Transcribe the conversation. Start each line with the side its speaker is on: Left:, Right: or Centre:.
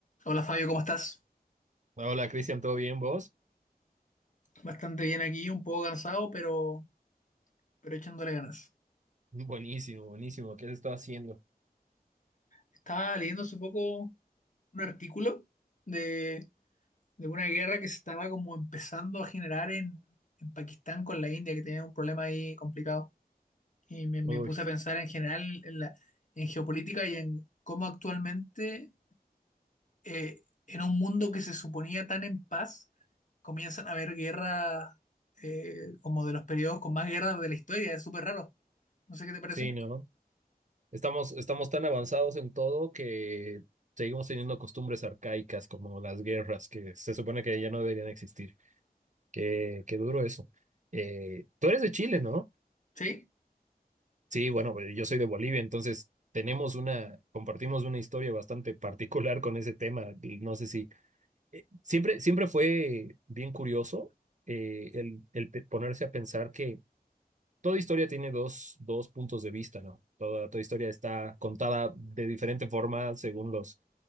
Left: Hola Fabio, ¿cómo estás?
Right: Hola, Cristian, ¿todo bien vos?
Left: Bastante bien aquí, un poco cansado, pero, pero echándole ganas.
Right: Buenísimo, buenísimo. ¿Qué has estado haciendo?
Left: Estaba leyendo hace poco un artículo de, de una guerra que se estaba como empezando a generar en, en Pakistán con la India, que tenía un problema ahí complicado. Y me, me
Right: Uy,
Left: puse a pensar en general en la, en geopolítica y en cómo actualmente eh, en un mundo que se suponía tan en paz, comienzan a haber guerras eh, como de los periodos con más guerras de la historia. Es súper raro. No sé qué te parece.
Right: sí, ¿no? Estamos, estamos tan avanzados en todo que seguimos teniendo costumbres arcaicas como las guerras, que se supone que ya no deberían existir. Qué, qué duro eso. Eh, tú eres de Chile, ¿no?
Left: ¿Sí?
Right: Sí, bueno, pues, yo soy de Bolivia, entonces tenemos una, compartimos una historia bastante particular con ese tema. y No sé si eh, siempre, siempre fue bien curioso eh, el, el pe- ponerse a pensar que Toda historia tiene dos, dos puntos de vista, ¿no? Toda, toda historia está contada de diferente forma según los,